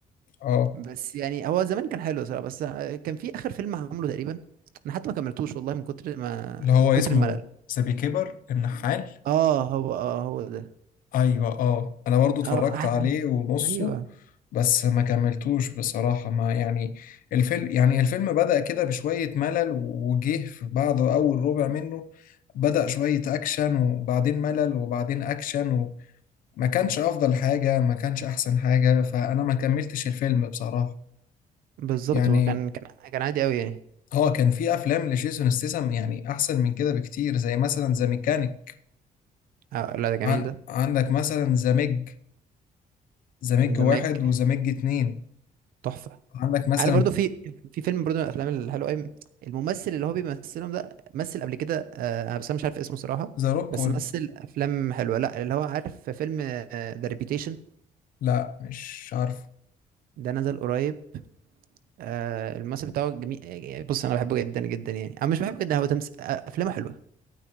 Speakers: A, on the left (about 70°); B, on the right (about 80°).
A: آه،
B: بس يعني هو زمان كان حلو صراحة بس كان في آخر فيلم عمله تقريبا أنا حتى ما كملتوش والله من كتر ما
A: اللي هو
B: من كتر
A: اسمه
B: الملل
A: ذا بيكيبر النحال
B: اه هو اه هو ده
A: ايوه اه انا برضو اتفرجت
B: اه أح-
A: عليه ونصه
B: ايوه
A: بس ما كملتوش بصراحة ما يعني الفيلم يعني الفيلم بدأ كده بشوية ملل وجه في بعده اول ربع منه بدأ شوية اكشن وبعدين ملل وبعدين اكشن وما كانش افضل حاجة ما كانش احسن حاجة فانا ما كملتش الفيلم بصراحة
B: بالظبط
A: يعني
B: هو كان كان كان عادي قوي يعني
A: هو كان في افلام لجيسون ستاثام يعني احسن من كده بكتير زي مثلا ذا ميكانيك
B: آه لا ده جميل
A: عن
B: ده
A: عندك مثلا ذا ميج ذا ميج
B: انزماج
A: واحد وذا ميج اتنين
B: تحفة
A: عندك مثلا
B: عارف برضو في في فيلم برضو من الافلام الحلوه قوي الممثل اللي هو بيمثلهم ده مثل قبل كده آه أنا بس انا مش عارف اسمه صراحة
A: ذا روكول
B: بس مثل افلام حلوة لا اللي هو عارف في فيلم ذا ريبيتيشن
A: لا مش عارف
B: ده نزل قريب آه الممثل بتاعه جميل آه، يعني بص انا بحبه جدا جدا يعني انا مش بحبه جدا هو تمس... آه، افلامه حلوه